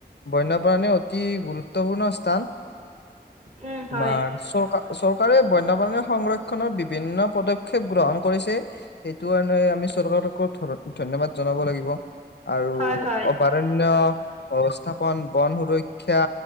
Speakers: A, on the left (about 80°); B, on the right (about 40°).
A: বন্যপ্ৰাণী অতি গুৰু ত্বপূৰ্ণ স্থান।
B: উম
A: তোমাৰ
B: হয়
A: চৰকাৰ চৰকাৰে বন্যপ্ৰাণী সংৰক্ষণৰ বিভিন্ন পদক্ষেপ গ্ৰহণ কৰিছে। সেইটো কাৰণে আমি চৰকাৰকো ধ-ধন্যবাদ জনাব লাগিব আৰু
B: হয় হয়
A: অবাত ৰন্য, ব্যৱস্থাপন, বন সুৰক্ষা,